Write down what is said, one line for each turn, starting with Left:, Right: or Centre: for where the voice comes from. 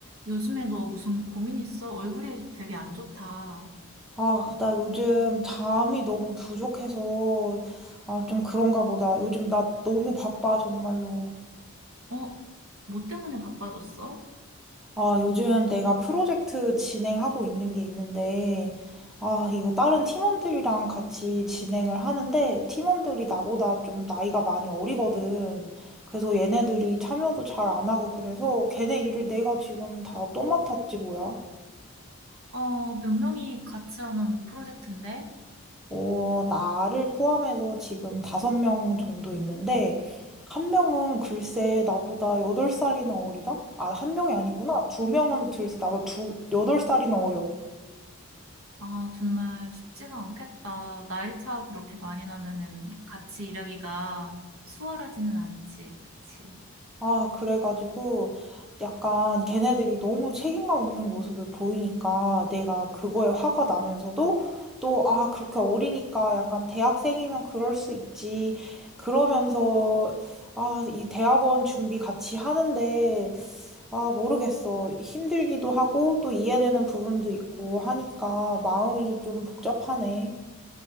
Right: 요즘에 너 무슨 고민 있어? 얼굴이 되게 안 좋다.
Centre: 아, 나 요즘 잠이 너무 부족해서, 아, 좀 그런가 보다. 요즘 나 너무 바빠, 정말로.
Right: 어? 뭐 때문에 바빠졌어?
Centre: 아, 요즘 내가 프로젝트 진행하고 있는 게 있는데, 아, 이거 다른 팀원들이랑 같이 진행을 하는데, 팀원들이 나보다 좀 나이가 많이 어리거든. 그래서 얘네들이 참여도 잘 안 하고 그래서 걔네 일을 내가 지금 다 또 맡았지, 뭐야.
Right: 어, 몇 명이 같이 하는 프로젝트인데?
Centre: 어, 나를 포함해서 지금 다섯 명 정도 있는데, 한 명은 글쎄 나보다 여덟 살이나 어리다? 아, 한 명이 아니구나. 두 명은 글쎄 나보다 두, 여덟 살이나 어려.
Right: 아, 정말 쉽지가 않겠다. 나이 차 그렇게 많이 나면은 같이 일하기가 수월하지는 않지. 그치?
Centre: 아, 그래가지고 약간 걔네들이 너무 책임감 없는 모습을 보이니까 내가 그거에 화가 나면서도 또, 아, 그렇게 어리니까 약간 대학생이면 그럴 수 있지. 그러면서, 아, 이 대학원 준비 같이 하는데, 아, 모르겠어. 힘들기도 하고 또 이해되는 부분도 있고 하니까 마음이 좀 복잡하네.